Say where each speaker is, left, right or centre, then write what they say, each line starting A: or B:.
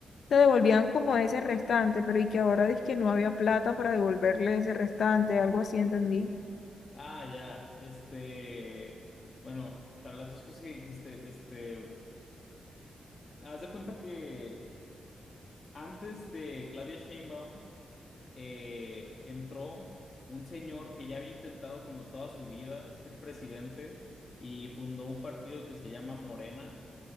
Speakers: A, on the left; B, on the left.
A: te devolvían como ese restante, pero y que ahora dice que no había plata para devolverle ese restante, algo así entendí.
B: Ah, ya, este, bueno, para las dos cosas que dijiste, este... Haz de cuenta que antes de Claudia Sheinbaum eh, entró un señor que ya había intentado como toda su vida ser presidente y fundó un partido que se llama Morena